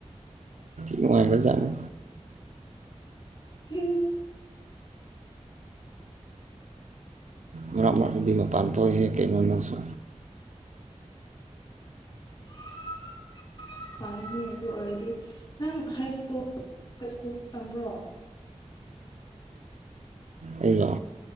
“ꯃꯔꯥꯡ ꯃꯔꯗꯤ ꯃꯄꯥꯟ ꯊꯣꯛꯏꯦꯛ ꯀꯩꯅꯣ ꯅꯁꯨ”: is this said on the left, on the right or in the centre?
Right